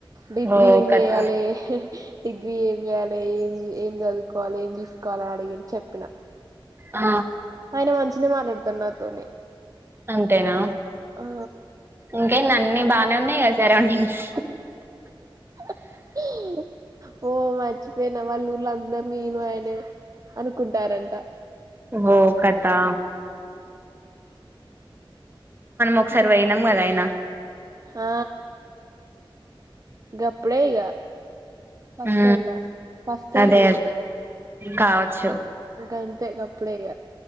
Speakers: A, on the right (about 40°); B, on the right (about 25°).
A: డిగ్రీ
B: ఓ
A: ఏమి
B: కథ
A: చేయాలి. డిగ్రీ ఏం చేయాలి ఏం ఏం చదువుకోవాలి ఏం తీసుకోవాలని అడిగి చెప్పిన.
B: ఆ
A: ఆయన మంచిన మాట్లాడతాడు నాతోని.
B: అంతేనా,
A: ఆ
B: ఇంకైంద అన్ని బానే ఉన్నాయి కదా సరౌండింగ్స్.
A: <inaudible> ఓ మర్చిపోయిన వాళ్ళ ఊర్లో అందరూ నేను ఆయనే. అనుకుంటారంట.
B: ఓ కథా. ఒకసారి
A: హ్మ్
B: పోయినాం కదా ఆయన
A: హా గప్పుడే ఇగ. ఫస్ట్
B: హ
A: అండ్ లాస్ట్ ఫస్ట్
B: అదే అదే కావచ్చు.
A: గంతే గప్పుడే ఇగ